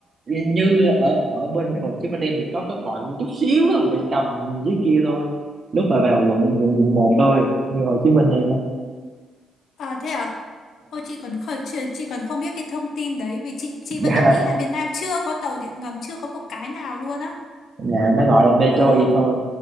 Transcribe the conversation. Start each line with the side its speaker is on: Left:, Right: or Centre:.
Right: như ở ở bên Hồ Chí Minh em thì có cái còn chút xíu tàu điện ngầm dưới kia thôi lúc mà vào quận quận quận một thôi như Hồ Chí Minh em á
Left: À thế à? Ôi chị còn kh- chị, chị còn không biết cái thông tin đấy vì chị chị
Right: yeah.
Left: vẫn đang nghĩ
Right: <laughs>
Left: là Việt Nam chưa có tàu điện ngầm chưa có một cái nào luôn á.
Right: Dạ, nó gọi là metro
Left: Ờ
Right: vậy thôi